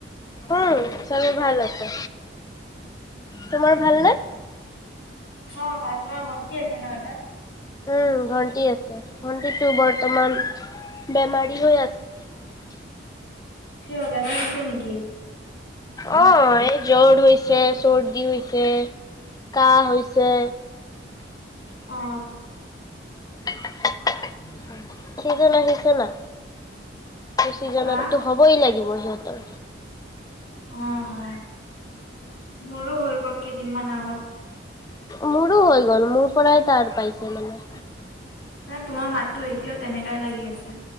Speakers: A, on the left; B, on the left.
A: উম চবেই ভাল আছে তোমাৰ ভাল নে
B: অ ভাল তোমাৰ ভন্তি আছে ন এটা
A: উম ভণ্টি আছে ভণ্টিটো বৰ্তমান বেমাৰী হৈ আছে
B: কিবা বেমাৰ হৈছে নেকি
A: অ এই জ্বৰ হৈছে চৰ্দি হৈছে কাঁহ হৈছে
B: অ
A: <unintelligible> চিজন আহিছে না চিজনতো
B: হা
A: হ'বই লাগিব সিহঁতৰ
B: অ অ মোৰো হৈ গ'ল কেইদিনমান আগত
A: মোৰো হৈ গ'ল মোৰ পৰাই তাৰ পাইছে মানে
B: নাই তোমাৰ মাত তো এতিয়াও তেনেকাই লাগি আছে